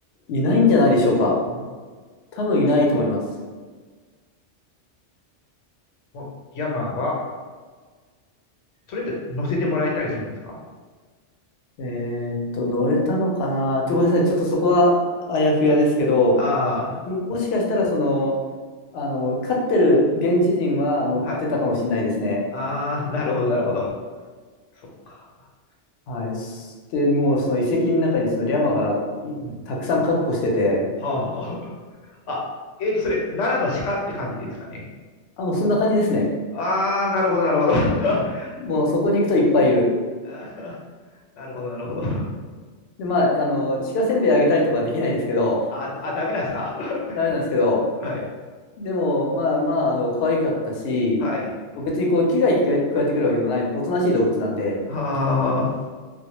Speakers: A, on the left; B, on the left.
A: いないんじゃないでしょうか。
B: うん
A: 多分いないと思います。
B: もう山が、それで乗せてもらえたりするんですか
A: えーっと、乗れたのかな。ちょごめんなさい、ちょっとそこはあやふやですけど、
B: あ
A: ももしかしたら、その、あの、飼ってる現地人は乗ってたかもしれないですね。
B: あー、はい。ああ、なるほど、なるほど。そっか。
A: はい。すで、もうその遺跡の中にそのリャマがいたくさん闊歩してて、
B: うん。はあ。はあ、あえーと、それ、奈良の鹿って感じですかね。
A: あ、もうそんな感じですね。
B: ああ、なるほど、なるほど。<laughs>
A: もうそこに行くといっぱいいる。
B: あーなるほど、なるほど。
A: で、まあ、あの、鹿せんべいあげたりとかはできないですけど、<laughs>
B: あ、あ、ダメなんですか <laughs>
A: ダメなんですけど、
B: はい。
A: でも、まあまあ、あの、可愛かったし、
B: はい。
A: 別にこう、危害加えてくるわけでもない、おとなしい動物なんで、
B: はあ、